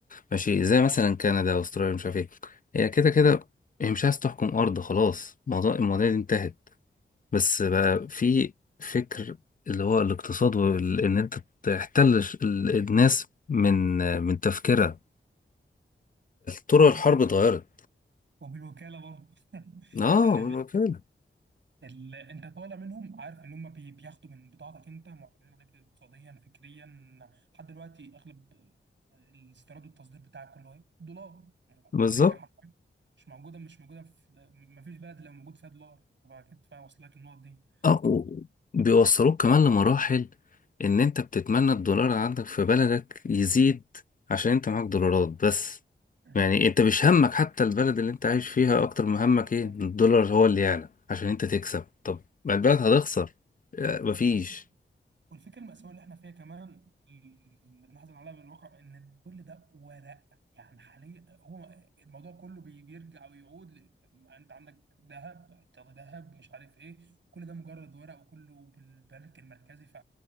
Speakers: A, on the left; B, on the right.
A: ماشي زي مثلا كندا وأستراليا مش عارف إيه هي كده كده هي مش عايز تحكم أرض خلاص موضوع المواضيع دي انتهت بس بقى في فكر اللي هو الاقتصاد وإن أنت تحتل الناس من من تفكيرها طرق
B: وبالوك...
A: الحرب اتغيرت
B: وبالوكاله برضه <laughs>
A: اه
B: يعني
A: ما فعلا
B: ال... انت طالع منهم عارف ان هم بي... بياخدوا من بضاعتك انت معتمدين عليك اقتصاديا فكريا لحد دلوقتي اغلب آه، الاستيراد والتصدير بتاعك كله ايه؟ دولار
A: بالظبط
B: امريكا حرفيا مش موجوده مش موجوده في ما فيش بلد لو موجود فيها دولار فاكيد واصل لك النقط دي
A: اه و- بيوصلوك كمان لمراحل ان انت بتتمنى الدولار اللي عندك في بلدك يزيد عشان انت معاك دولارات بس
B: <laughs>
A: يعني انت مش همك حتى البلد اللي انت عايش فيها اكتر ما
B: سبحان
A: همك ايه إن الدولار هو اللي يعلى عشان انت تكسب طب ما البلد هتخسر آه، مفيش
B: الله والفكره المأساوية اللي احنا فيها كمان اللي بنحزن عليها بالواقع ان كل ده ورق يعني حاليا هو الموضوع كله بي- بيرجع ويعود ل... انت عندك ذهب احتياطي ذهب مش عارف ايه كل ده مجرد ورق وكله بالبنك المركزي ف...